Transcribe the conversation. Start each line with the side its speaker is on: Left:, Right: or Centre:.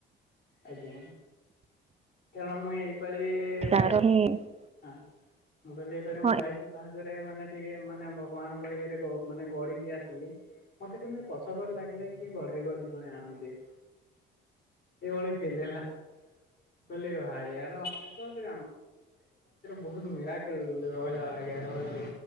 Left: ଆଜ୍ଞା କାରଣ ମୁଁ ଏଇପାଳି ଭାଇ
Right: ତାର ହିଁ
Left: ହଁ। ମୁଁ କହିଲି ଏଇପାଳି ମୁଁ
Right: ହଁ
Left: ବାଇଶି ପାହାଚରେ ମାନେ ଟିକେ ମାନେ ଭଗବାନଙ୍କ ଇଏରେ ମାନେ ଗଡିକି ଆସିଲି। ମତେ କେମିତି ପଛକରୁ ଲାଗିଲା କିଏ ଗଡେଇ ଗଡେଇ ଜଣେ ଆଣୁଛି। ଏଇଭଳି ଫିଲ୍ ହେଲା। <unintelligible> ତାଦେହରେ ବହୁତ୍ ମେରାକିଲ୍ ରହିଲା <unintelligible> ରହୁଛି।